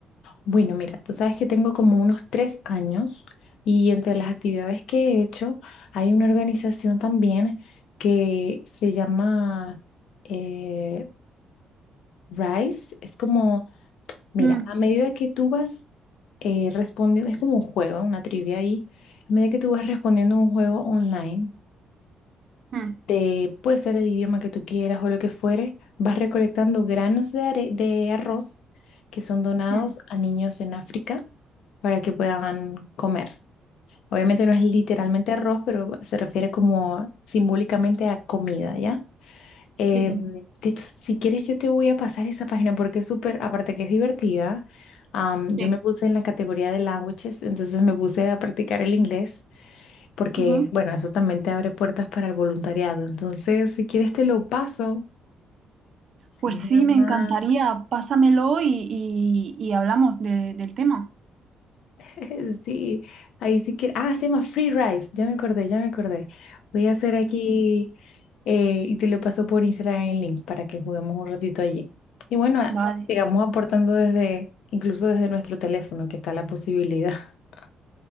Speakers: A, on the left; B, on the right.
A: Bueno, mira, tú sabes que tengo como unos tres años y entre las actividades que he hecho hay una organización también que se llama eh, RISE. Es como, mira,
B: Mm,
A: a medida que tú vas eh, respondiendo, es como un juego, una trivia ahí, a medida que tú vas respondiendo un juego online.
B: mm,
A: de, puede ser el idioma que tú quieras o lo que fuere, vas recolectando granos de, are- de arroz que son donados
B: mm.
A: a niños en África para que puedan comer. Obviamente no es literalmente arroz, pero se refiere como simbólicamente a comida, ¿ya? Eh,
B: Sí, sí,
A: de hecho, si quieres yo te voy a pasar esa página porque es súper, aparte que es divertida, am,
B: sí.
A: yo me puse en la categoría de languages, entonces me puse a practicar el inglés porque,
B: Ujú.
A: bueno, eso también te abre puertas para el voluntariado. Entonces, si quieres, te lo paso. Se
B: Pues sí,
A: llama,
B: me encantaría. Pásamelo y, y- y hablamos de- del tema.
A: <laughs> sí, ahí si quieres. Ah, se llama Free Rice. Ya me acordé, ya me acordé. Voy a hacer aquí eh, y te lo paso por Instagram el link para que juguemos un ratito allí. Y bueno, a-
B: Vale,
A: sigamos aportando desde, incluso desde nuestro teléfono, que está la posibilidad. <laughs>